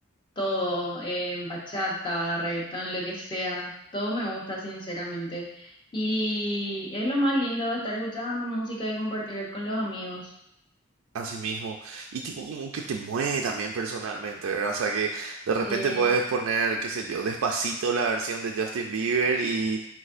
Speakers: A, on the left; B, on the right.
A: todo, eh, bachata, reggaetón, lo que sea, todo me gusta sinceramente. Y es lo más lindo de estar escuchando música y compartir con los amigos.
B: Así mismo. Y tipo como que te mueve también personalmente, ¿verdad? O sea que de repente
A: Sí.
B: puedes poner, qué sé yo, Despacito la versión de Justin Bieber y